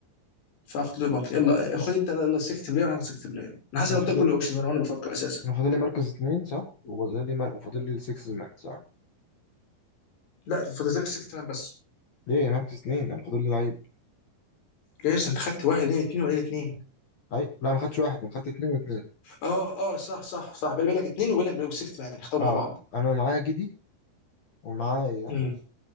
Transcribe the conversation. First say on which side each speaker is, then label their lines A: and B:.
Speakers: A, on the left (about 80°); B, on the left (about 50°).
A: فاخد ليبرت يلا خد انت يلا سكت بلاير وانا هاخد سكت بلاير انا حاسس
B: أنا
A: ان
B: فاضل
A: قلت لك كل الاوبشنز وانا وانا بفكر اساسا
B: أنا فاضل لي مركز اتنين صح وفاضل لي مر... وفاضل لي السكس مان صح
A: لا انت فاضلك سكت مان بس
B: ليه مركز اتنين أنا فاضل لي لعيب
A: جايز انت خدت واحد اثنين اثنين وبعدين اثنين
B: أي لا ما خدتش واحد أنا خدت اتنين واتنين
A: اه اه صح صح صح بالي بالك اثنين وبالك والسكت مان اختاروا
B: أه
A: مع بعض
B: أنا معايا جدي ومعايا
A: امم